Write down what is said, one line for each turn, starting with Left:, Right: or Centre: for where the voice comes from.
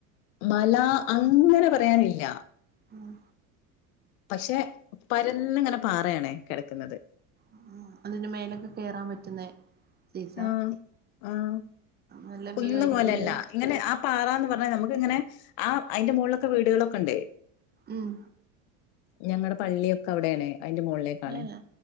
Left: മല അങ്ങനെ പറയാനില്ല
Right: ഉം
Left: പക്ഷെ പരന്ന്ിങ്ങനെ പാറയാണേ കിടക്കുന്നത്
Right: ഉ അതിന് മേലൊക്കെ കേയറാൻ പറ്റുന്നേ സീസ
Left: ആഹ ആഹ
Right: നല്ല
Left: കുഞ്ഞിന്ന്
Right: വ്യൂ ആയിരിക്കല്ലോ
Left: പോലെയല്ല ഇങ്ങനെ ആ പാറന്ന് പറഞ്ഞാൽ നമുക്ക്ങ്ങനെ ആ അതിന്റെ മുകളിലൊക്കെ വീടുകളൊക്കെ ഉണ്ട്
Right: ഉം
Left: ഞങ്ങടെ പള്ളിയൊക്കെ അവിടെയാണ് അയിന്റെ മോളിലേക്കാണ്
Right: ആഏ